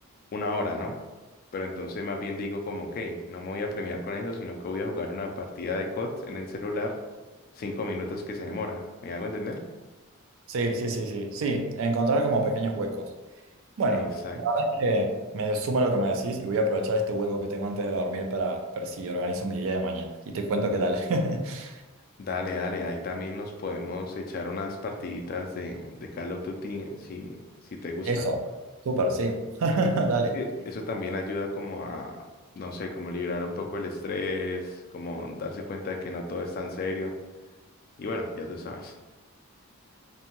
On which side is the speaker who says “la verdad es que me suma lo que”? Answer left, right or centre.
Right